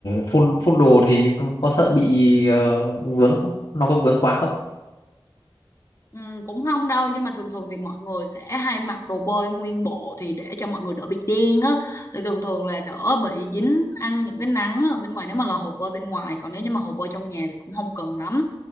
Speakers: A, on the left; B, on the left.
A: phun phun đồ thì có, có sợ bị ờ, vướng không nó có vướng quá không
B: Ừ, cũng không đâu nhưng mà thường thường thì mọi người sẽ hay mặc đồ bơi nguyên bộ thì để cho mọi người đỡ bị đen á thì thường thường là đỡ bị dính ăn những cái nắng ở bên ngoài nếu mà là hồ bơi bên ngoài còn nếu như mà hồ bơi trong nhà thì cũng không cần lắm